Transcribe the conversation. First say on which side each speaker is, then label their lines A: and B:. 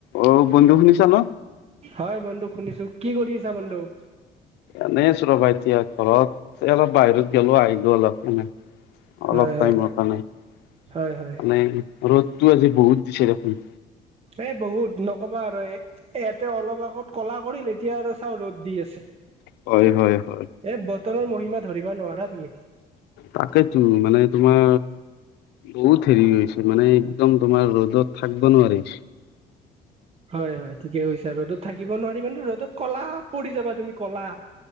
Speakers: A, on the left; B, on the right.
A: অ' বন্ধু শুনিছা ন।
B: হয়, বন্ধু শুনিছো কি কৰি আছা বন্ধু।
A: এনেই আছো ৰবা এতিয়া ঘৰত অলপ বাহিৰত গ'লো আহিলো অলপ এনে।
B: হয়
A: অলপ
B: হয়।
A: টাইমৰ কাৰণে মানে।
B: হয় হয়
A: ৰ'দতটো আজি বহুত দিছে দেখোন।
B: এ বহুত নকবা আৰু ইয়াতে অলপ আগত ক'লা কৰিল এতিয়া আৰু চাওঁ ৰ'দ দি আছে,
A: হয় হয় হয়
B: এ বতৰৰ মহিমা ধৰিব নোৱাৰা তুমি।
A: তাকেই তুমি মানে তোমাৰ। বহুত হেৰি হৈছে মানে একদম তোমাৰ ৰ'দত থাকিব নোৱাৰি।
B: হয়, হয়, ঠিকে কৈছা ৰ'দত থাকিব নোৱাৰি মানে ৰ'দত কলা পৰি যাবা তুমি ক'লা।